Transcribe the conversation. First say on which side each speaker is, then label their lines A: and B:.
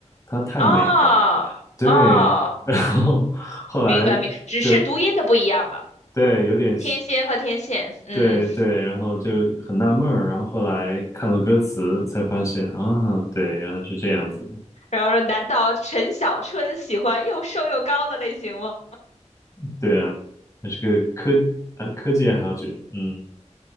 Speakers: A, on the left; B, on the left.
A: 她太美了，
B: 哦哦。
A: 对，<laughs> 然后后来就
B: 明白明白，只是读音的不一样吧。
A: 对有点
B: 天仙和天线，嗯，
A: 对对，然后就很纳闷儿，然后后来看了歌词才发现啊，对，原来是这样子，
B: 然后说，难道陈小春喜欢又瘦又高的类型吗？
A: 对啊，那是个科啊科技爱好者，嗯